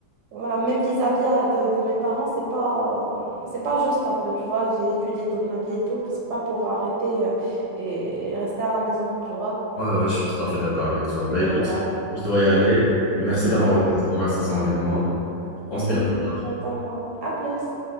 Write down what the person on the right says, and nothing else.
Voilà, même vis-à-vis euh, de, de mes parents, c'est pas, euh, c'est pas juste un peu, tu vois. J'ai étudié toute ma vie et tout, c'est pas pour arrêter euh, et rester à la maison, tu vois.
Mais bon,
bref.
Mhm.
Ok.
Mm,
je vais être à moi. À plus.